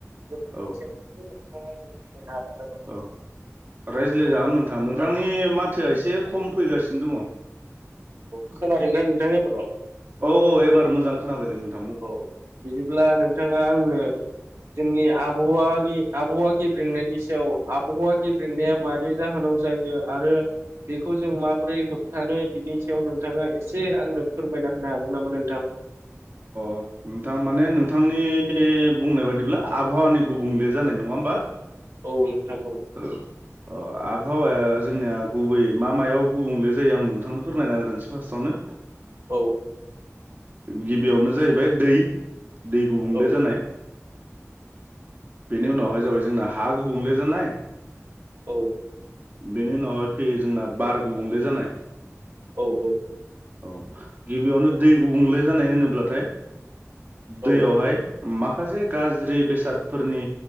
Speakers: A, on the right; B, on the right.
A: <unintelligible>
B: औ
A: नामा?
B: औ रायज्लाय जागोन नोंथां नोंथांनि माथोया एसे खम फैगासिनो दंङ
A: औ खोनादोंना नोंथां एबाराव
B: औ औ एबार मोजां खोनाबायदे नों
A: औ बिदिब्ला नोंथांङा आंनो जोंनि आ होवानि आबहावा गेब्रेंनायनि सायाव आबहावा गेब्रेंनाया मानि जाहोनाव जायो आरो बेखौ जों माबोरै होब थानो बिनि सायाव नोंथांङा एसे आंनो फोरमायना होनो हागोन नामा नोंथां?
B: अह नोंथां माने नोंथांनि बुंनाय बादिब्ला आबहावानि गुबुंले जानाय नङा होमबा।
A: औ नोंथां औ
B: <unintelligible> आबहावाया जोंनिया गुबै मा मायाव गुबुंले जायो आं नोंथांनो फोरमायना होग्रोसै फार्स्टआवनो
A: औ
B: गिबियावनो जाहैबाय दै दै गुबुंले
A: औ
B: जानाय बेनि उनावहाय जाबाय जोंना हा गुबुंले जानाय
A: औ
B: बेनि उनावहाय फैयो जोंना बार गुबुंले जानाय
A: औ औ
B: औ गिबियावनो दै गुबुंले जानाय होनोब्लाथाय
A: औ
B: दैयावहाय माखासे गाज्रि बेसादफोरनि